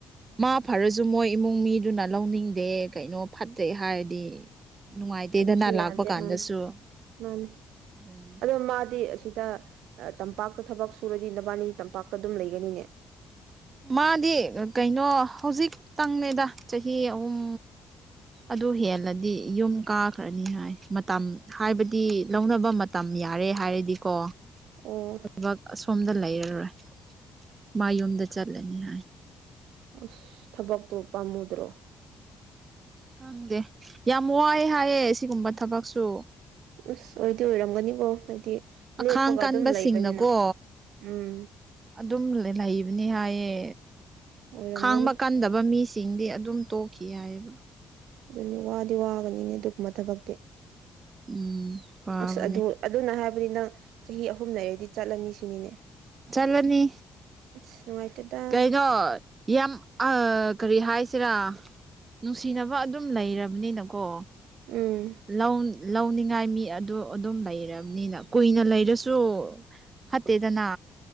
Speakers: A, on the right; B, on the right.
A: ꯃꯥ ꯐꯔꯁꯨ ꯃꯣꯏ ꯏꯃꯨꯡ ꯃꯤꯗꯨꯅ ꯂꯧꯅꯤꯡꯗꯦ ꯀꯩꯅꯣ ꯐꯠꯇꯦ ꯍꯥꯏꯔꯗꯤ ꯅꯨꯡꯉꯥꯏꯇꯦꯗꯅ
B: ꯑꯗꯨꯁꯨ
A: ꯂꯥꯛꯄ
B: ꯌꯥꯗꯦ
A: ꯀꯥꯟꯗꯁꯨ
B: ꯎꯝ ꯃꯥꯅꯦ
A: ꯑꯗꯨꯅꯦ
B: ꯑꯗꯣ ꯃꯥꯗꯤ ꯑꯁꯤꯗ ꯇꯝꯄꯥꯛꯇ ꯊꯕꯛ ꯁꯨꯔꯗꯤ ꯅꯕꯥꯅꯤꯗꯤ ꯇꯝꯄꯥꯛꯇ ꯑꯗꯨꯝ ꯂꯩꯒꯅꯤꯅꯦ
A: ꯃꯥꯗꯤ ꯀꯩꯅꯣ ꯍꯧꯖꯤꯛꯛꯇꯪꯅꯦꯗ ꯆꯍꯤ ꯑꯍꯨꯝ ꯑꯗꯨ ꯍꯦꯜꯂꯗꯤ ꯌꯨꯝ ꯀꯥꯈ꯭ꯔꯅꯤ ꯍꯥꯏ ꯃꯇꯝ ꯍꯥꯏꯕꯗꯤ ꯂꯧꯅꯕ ꯇꯝ ꯌꯥꯔꯦ ꯍꯥꯏꯔꯗꯤꯀꯣ
B: ꯑꯣ
A: ꯊꯕꯛ ꯑꯁꯣꯝꯗ ꯂꯩꯔꯔꯣꯏ ꯃꯥ ꯌꯨꯝꯗ ꯆꯠꯂꯅꯤ ꯍꯥꯏ
B: ꯑꯁ ꯊꯕꯛꯇꯣ ꯄꯥꯝꯃꯨꯗ꯭ꯔꯣ
A: ꯈꯪꯗꯦ ꯌꯥꯝ ꯋꯥꯏ ꯍꯥꯏꯌꯦ ꯁꯤꯒꯨꯝꯕ ꯊꯕꯛꯁꯨ
B: ꯑꯁ ꯑꯣꯏꯗꯤ ꯑꯣꯏꯔꯝꯒꯅꯤꯀꯣ ꯍꯥꯏꯗꯤ
A: ꯑꯈꯥꯡ
B: ꯂꯦꯞꯄꯒ
A: ꯀꯟꯕꯁꯤꯡꯅꯀꯣ
B: ꯑꯗꯨꯝ ꯂꯩꯕꯅꯤꯅ ꯎꯝ
A: ꯑꯗꯨꯝ ꯂꯩꯕꯅꯤ ꯍꯥꯏꯌꯦ
B: ꯑꯣꯏꯔꯝꯒꯅꯤ
A: ꯈꯥꯡꯕ ꯀꯟꯗꯕ ꯃꯤꯁ ꯆꯤꯡꯗꯤ ꯑꯗꯨꯝ ꯇꯣꯛꯈꯤ ꯌꯥꯏꯑꯕ
B: ꯑꯗꯨꯅꯤ ꯋꯥꯗꯤ ꯋꯥꯒꯅꯤꯅꯦ ꯑꯗꯨꯒꯨꯝꯕ ꯊꯕꯛꯇꯤ
A: ꯎꯝ ꯋꯕꯅꯤ
B: ꯑꯁ ꯑꯗꯨ ꯑꯗꯨꯅ ꯍꯥꯏꯕꯗꯤ ꯅꯪ ꯆꯍꯤ ꯑꯍꯨꯝ ꯂꯩꯔꯗꯤ ꯆꯠꯂꯅꯤ ꯁꯤꯅꯤꯅꯦ
A: ꯆꯂꯅꯤ
B: <unintelligible> ꯅꯨꯡꯉꯥꯏꯇꯦꯗ
A: ꯀꯩꯅꯣ ꯌꯥꯝ ꯑꯥ ꯀꯔꯤ ꯍꯥꯏꯁꯤꯔꯥ ꯅꯨꯡꯁꯤꯅꯕ ꯑꯗꯨꯝ ꯂꯩꯔꯕꯅꯤꯅꯀꯣ
B: ꯎꯝ
A: ꯂꯧ ꯂꯧꯅꯤꯡꯉꯥꯏ ꯃꯤ ꯑꯗꯨ ꯑꯗꯨꯝ ꯂꯩꯔꯕꯅꯤꯅ ꯀꯨꯏꯅ ꯂꯩꯔꯁꯨ ꯐꯠꯇꯦꯗꯅꯥ